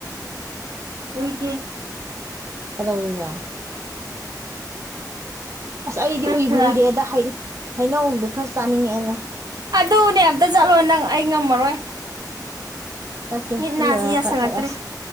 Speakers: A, on the right; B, on the right.
A: ꯑꯨꯢꯗꯦ
B: ꯀꯩꯗꯧꯔꯤꯕ ꯑꯁ ꯑꯩꯗꯤ
A: ꯈꯔ
B: ꯎꯏꯕ
A: ꯈꯔ
B: ꯎꯏꯔꯦꯗ ꯍꯩꯅꯧꯗꯣ ꯈꯔ ꯆꯥꯅꯤꯡꯉꯛꯌꯦꯗ
A: ꯑꯗꯨꯅꯦ ꯑꯝꯇ ꯆꯠꯂꯣ ꯅꯪ ꯑꯩ ꯉꯝꯃꯔꯣꯏ
B: ꯆꯠꯀꯦ
A: ꯃꯤꯠ
B: ꯁꯤ
A: ꯅꯥꯁꯤ
B: ꯂꯣꯏꯔꯒ
A: ꯌꯥꯁꯜꯂꯛꯇ꯭ꯔꯦ
B: ꯆꯠꯂꯁꯤ